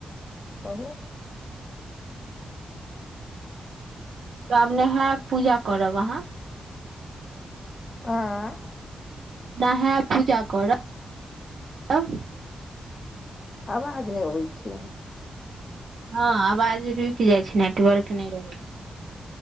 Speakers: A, on the left; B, on the right.
A: कहू
B: तऽ आब नेहाब पूजा करब अहाँ
A: आ
B: नहायब पूजा करब
A: आवाज नहि अबै छै
B: हँ आवाज रुकि जाइ छै नेटवर्क न रहै छै